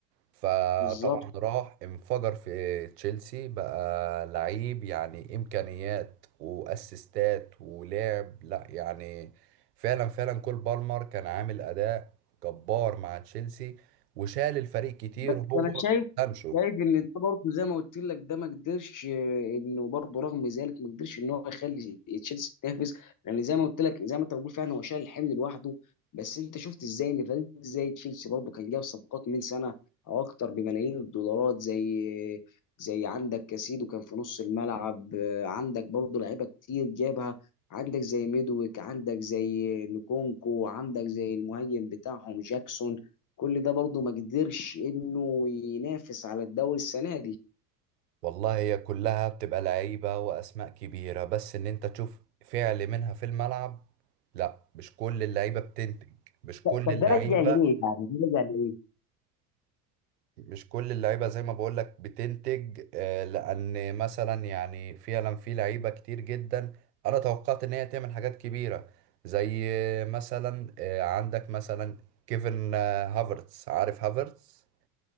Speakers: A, on the right; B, on the left.
A: فطبعا
B: بالظبط
A: راح انفجر في تشيلسي بقى لعيب يعني امكانيات واسيستات ولعب لا يعني فعلا فعلا كول بالمر كان عامل اداء جبار مع تشيلسي وشال الفريق كتير
B: بس
A: هو
B: انا شايف
A: وسانشو
B: شايف ان ده برضه زي ما قلت لك ده ما قدرش آه، انه برضه رغم ذلك ما قدرش ان هو يخلي تشيلسي تنافس لان زي ما قلت لك زي ما انت بتقول فعلا هو شايل الحمل لوحده بس انت شفت ازاي ان فريق زي تشيلسي برضه كان جاب صفقات من سنه او اكتر بملايين الدولارات زي زي عندك كاسيدو كان في نص الملعب آه، عندك برضه لعيبه كتير جابها عندك زي ميدويك عندك زي نكونكو عندك زي المهاجم بتاعهم جاكسون كل ده برضه ما قدرش انه ينافس على الدوري السنه دي
A: والله هي كلها بتبقى لعيبة وأسماء كبيرة بس إن أنت تشوف فعل منها في الملعب لا مش كل اللعيبة بتنتج مش كل
B: طب
A: اللعيبة
B: ده راجع لإيه يعني ده راجع لإيه؟
A: مش كل اللعيبة زي ما بقولك بتنتج آه، لأن مثلا يعني فعلا في لعيبة كتير جدا أنا توقعت إن هي تعمل حاجات كبيرة زي آه، مثلا آه، عندك مثلا كيفن آه، هافرتس عارف هافرتس